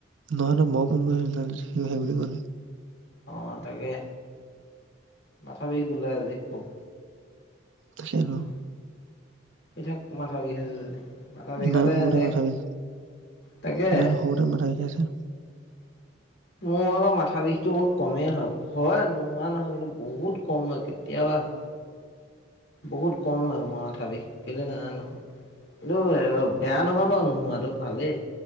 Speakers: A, on the right; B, on the left.
A: নহয়, নহয়, মই ফোন কৰিছিলো, তাৰপাছত সি সেই বুলি ক'লে।
B: অ', তাকেই মাথা বিষ বুলে আজি খুব।
A: তাকেতো
B: <unintelligible> শুই ঠাক মাথা বিষইছে যদি। মাথা বিষ
A: ইমান
B: হ'লে
A: সৰুতে
B: এনে
A: মাথা বিষ,
B: তাকে
A: ইমান সৰুতে মাথা বিষাইছে।
B: মোৰ অলপ মাথা বিষটো বহুত কমেই হয়। হয় নোহোৱা নহয়, কিন্তু বহুত কম হয় কেতিয়াবা হয়। বহুত কম হয় মোৰ মাথাৰ বিষ, কেলে নাজানো। কিন্তু, বেয়া নহয় বাৰু নোহোৱাটো ভালেই।